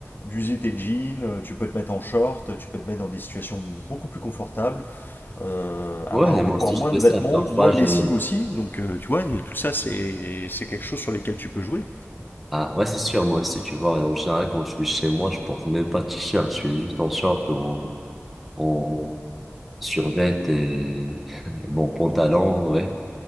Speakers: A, on the left (about 45°); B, in the centre.
A: d'user tes jeans. euh, Tu peux te mettre en short, tu peux te mettre dans des situations beaucoup plus confortables euh, avoir
B: Ouais, et moi
A: encore
B: aussi
A: moins
B: je fais
A: de
B: ça.
A: vêtements,
B: Parfois,
A: moins de
B: je...
A: lessive aussi. Donc, euh, tu vois, tout ça, c'est c'est quelque chose sur lesquels tu peux jouer.
B: Ah, ouais, c'est sûr, moi aussi, tu vois, en général, quand je suis chez moi, je porte même pas de t-shirt, je suis juste en short ou en, en survêt et <laughs> mon pantalon, ouais.